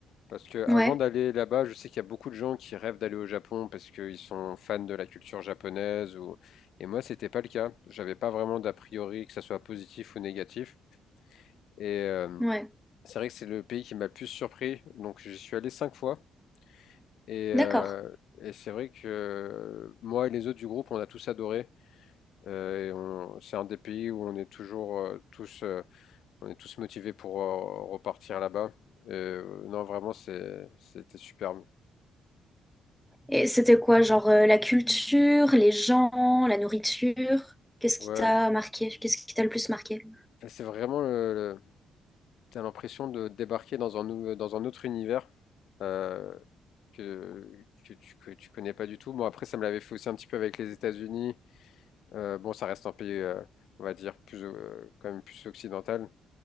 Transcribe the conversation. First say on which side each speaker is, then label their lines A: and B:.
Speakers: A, on the left; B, in the centre.
A: parce que avant
B: Ouais,
A: d'aller là-bas, je sais qu'il y a beaucoup de gens qui rêvent d'aller au Japon parce qu'ils sont fans de la culture japonaise ou... Et moi, c'était pas le cas. J'avais pas vraiment d'a priori que ça soit positif ou négatif. Et euh,
B: ouais,
A: c'est vrai que c'est le pays qui m'a le plus surpris. Donc j'y suis allé cinq fois. Et, euh,
B: d'accord.
A: et c'est vrai que euh, moi et les autres du groupe, on a tous adoré. Euh, et on- c'est un des pays où on est toujours euh, tous euh, On est tous motivés pour euh, repartir là-bas. Et, euh, non, vraiment, c'est, c'était superbe.
B: Et c'était quoi, genre euh, la culture, les gens, la nourriture? Qu'est-ce
A: Ouais.
B: qui t'a marqué? Qu'est-ce qui t'a le plus marqué?
A: Et C'est vraiment le, le- t'as l'impression de débarquer dans un nou- dans un autre univers euh, que, que tu, que tu connais pas du tout. Bon, après, ça me l'avait fait aussi un petit peu avec les États-Unis. Euh, bon, ça reste un pays, euh, on va dire, plus, euh, quand même plus occidental.